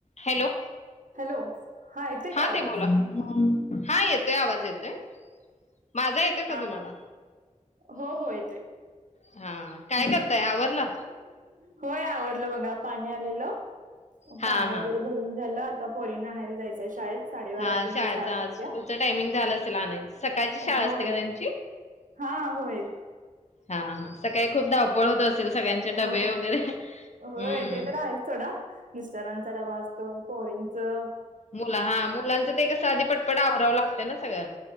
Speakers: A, on the left; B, on the right.
A: Hello!
B: Hello! येतोय काय
A: हा
B: आवाज
A: ताई बोला. हा येतोय आवाज येतोय माझा येतोय का
B: हा
A: तुम्हाला?
B: हा हो हो येतोय
A: हा काय करताय
B: काय
A: आवरलं.
B: ग- होय आवरलं बघा, पाणी आलेलं
A: हा
B: पाणी वगैरे
A: हा
B: भरून झालं आता पोरीनां आणायला जायचं आहे शाळेत साडेबाराला
A: हा
B: त्यांची
A: शाळेचा
B: शाळा सुटत्या,
A: स्कूलचं टायमिंग झालं असेल आणायच सकाळची
B: अह
A: शाळा
B: होय.
A: असते का त्यांची
B: हा होय.
A: हा हा हा, सकाळी खूप धावपळ होत असेल. सगळ्यांचे डबे
B: होय,
A: वगैरे हम्म
B: होय ते तर आहेच सोडा. मिस्टरांचा डबा असतोय पोरीचं
A: मुला हा मुलांचं ते कस आधी पटपट आवरावं लागतंय ना सगळं